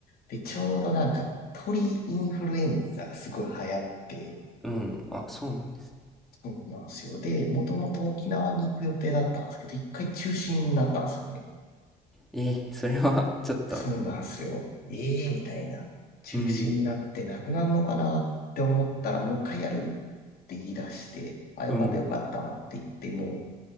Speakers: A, on the left; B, in the centre.
A: で、ちょうどなんか鳥インフルエンザがすごい流行って、
B: うんあそうなんですね
A: そうなんですよ。で、もともと沖縄に行く予定だったんですけど、一回中止になったんですよね。
B: えー、それは <laughs> ちょっと
A: そうなんすよ。ええみたいな。中止になってなくなるのかなって思ったら、
B: うん
A: もう一回やるって言い出して、あ、よかったよかったって言ってもう、
B: うん